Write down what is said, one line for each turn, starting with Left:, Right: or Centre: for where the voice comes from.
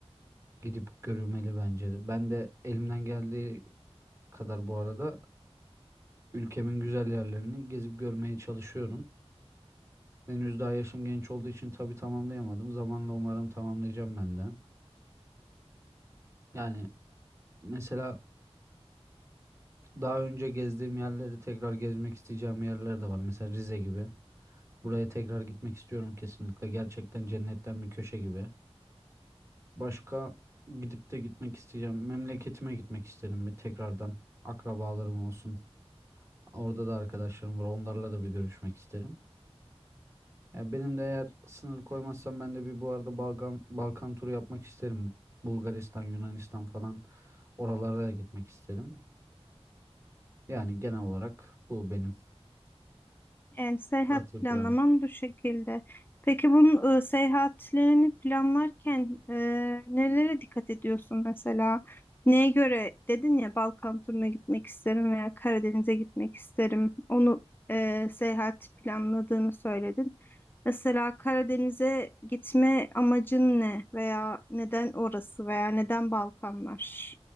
Right: Gidip görülmeli bence de. Ben de elimden geldiği kadar bu arada ülkemin güzel yerlerini gezip görmeye çalışıyorum. Henüz daha yaşım genç olduğu için tabii tamamlayamadım. Zamanla umarım tamamlayacağım ben de. Yani mesela daha önce gezdiğim yerleri tekrar gezmek isteyeceğim yerler de var. Mesela Rize gibi. Buraya tekrar gitmek istiyorum kesinlikle. Gerçekten cennetten bir köşe gibi. Başka gidip de gitmek isteyeceğim. Memleketime gitmek isterim bir tekrardan. Akrabalarım olsun. Orada da arkadaşlarım var. Onlarla da bir görüşmek isterim. Ya benim de eğer sınır koymazsam ben de bir bu arada Balkan Balkan turu yapmak isterim. Bulgaristan, Yunanistan falan oralara da gitmek isterim. Yani genel olarak bu benim
Left: Yani seyahat
Right: tatil
Left: planlamam
Right: planım.
Left: bu şekilde. Peki bunun e, seyahatlerini planlarken e, nelere dikkat ediyorsun mesela? Neye göre dedin ya Balkan turuna gitmek isterim veya Karadeniz'e gitmek isterim. Onu e, seyahat planladığını söyledin. Mesela Karadeniz'e gitme amacın ne veya neden orası veya neden Balkanlar?